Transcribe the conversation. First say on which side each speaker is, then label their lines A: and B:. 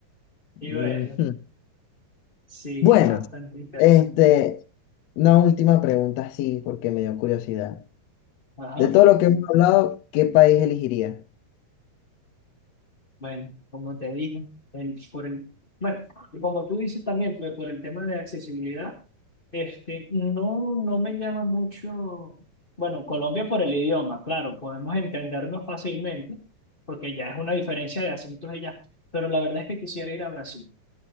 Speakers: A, on the left; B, on the left.
A: Y
B: Ujú.
A: bueno, sí,
B: Bueno,
A: es bastante interesante.
B: este, una última pregunta, sí, porque me dio curiosidad.
A: Ajá,
B: De todo lo que hemos hablado, ¿qué país elegiría?
A: bueno, como te dije, el- por el, bueno, y como tú dices también, pues, por el tema de accesibilidad. Este, no, no me llama mucho, bueno, Colombia por el idioma, claro, podemos entendernos fácilmente, porque ya es una diferencia de acentos y ya, pero la verdad es que quisiera ir a Brasil